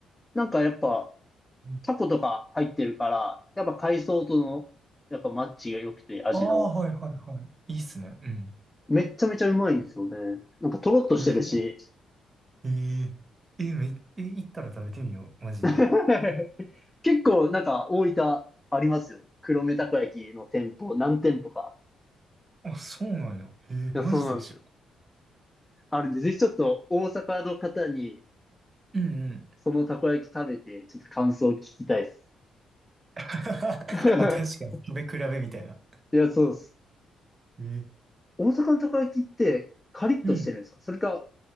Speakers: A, on the left; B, on the right.
A: なんかやっぱ、
B: い。うん。
A: タコとか入ってるから、やっぱ海藻との、やっぱマッチが良くて、味の。
B: ああ、はいはいはい。いいっすね。うん。
A: めっちゃめちゃうまいんですよね。なんかとろっとしてるし。
B: えー、えー、えー、めえー行ったら食べてみよう。マジで。
A: <laughs> 結構なんか大分ありますよ。黒目たこ焼きの店舗、何店舗か。
B: あ、そうなんや。えー、
A: いや、
B: マジで一緒。
A: そうなんですよ。あるんで、ぜひちょっと大阪の方に、
B: うんうん。
A: そのたこ焼き食べて、ちょっと感想を聞きたいです。
B: <laughs>
A: <laughs>
B: あ、確かに。食べ比べみたいな。
A: いや、そうです。
B: えー、
A: 大阪のたこ焼きって、カリッとしてるんですかそれか、
B: うん。